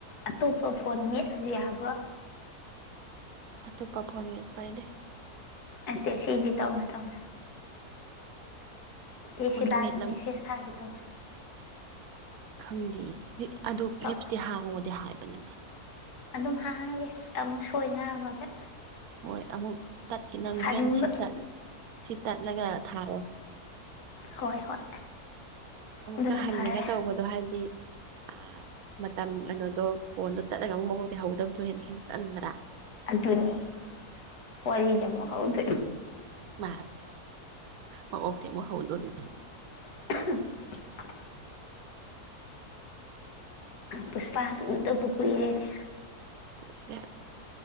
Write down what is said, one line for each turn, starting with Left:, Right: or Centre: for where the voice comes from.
Left: ꯑꯇꯣꯞꯄ ꯐꯣꯟ ꯃꯦꯠꯂꯁꯨ ꯌꯥꯕ꯭ꯔꯣ
Right: ꯑꯇꯣꯞꯄ ꯐꯣꯟ ꯌꯄꯥꯏꯅꯦꯦ
Left: ꯑꯠꯇ ꯁꯤꯁꯤ ꯇꯧꯅ ꯇꯧꯅ ꯑꯦꯁꯤꯦ
Right: ꯐꯣꯟꯗꯨ
Left: ꯂ ꯑꯗꯨꯝꯁꯦꯁ
Right: ꯃꯦꯠꯂꯝ
Left: ꯇꯣ
Right: ꯈꯪꯗꯦ ꯑꯗꯨꯣ
Left: ꯇꯧ
Right: ꯌꯦꯞꯇꯤ ꯍꯥꯡꯉꯣꯗꯤ ꯍꯥꯏꯕ ꯃꯗ
Left: ꯑꯗꯨꯝ ꯍꯥꯡꯉꯒꯦ ꯑꯃꯨꯛ ꯁꯣꯏ ꯉꯥꯝꯃꯒ
Right: ꯍꯣꯏ ꯑꯃꯨꯛ ꯇꯠꯈꯤꯅꯕꯅꯦ
Left: ꯍꯟꯕ
Right: ꯍꯣꯔꯦꯟ ꯁꯤ ꯇꯠ ꯁꯤ ꯇꯠꯂꯒ ꯊꯥꯔꯦ
Left: ꯍꯣꯏ ꯍꯣꯏ
Right: ꯑꯃꯨꯛꯀ
Left: ꯑꯗꯨꯅ
Right: ꯍꯜꯂꯒ
Left: ꯐꯔꯦ
Right: ꯇꯧꯕꯗꯣ ꯍꯥꯏꯗꯤ ꯑ ꯃꯇꯝ ꯀꯩꯅꯣꯗꯣ ꯐꯣꯟꯗꯣ ꯇꯠꯂꯒ ꯑꯃꯨꯛ ꯃꯣꯛꯩ ꯍꯧꯍꯒꯗꯕꯗꯣ ꯍꯦꯟꯅ ꯍꯦꯟꯅ ꯇꯟꯗ꯭ꯔꯥ
Left: ꯑꯗꯨꯅꯦ ꯍꯔꯤꯖꯃꯣ ꯍꯥꯎꯗ
Right: ꯃꯥ ꯃꯃꯇꯃ ꯍꯥꯎꯟꯗꯣꯅꯦ
Left: <unintelligible> ꯄꯨꯁꯄꯥ ꯍꯥ ꯎꯗ ꯄꯨ ꯀꯏꯔꯦꯅꯦ
Right: ꯀꯣꯏ꯭ꯔꯦ